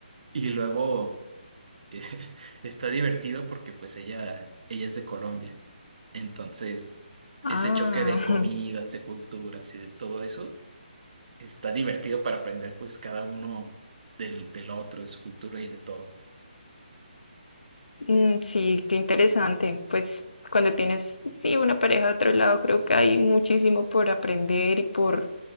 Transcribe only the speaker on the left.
Ah,
<laughs>
mm, sí, qué interesante. Pues cuando tienes, sí, una pareja de otro lado, creo que hay muchísimo por aprender y por,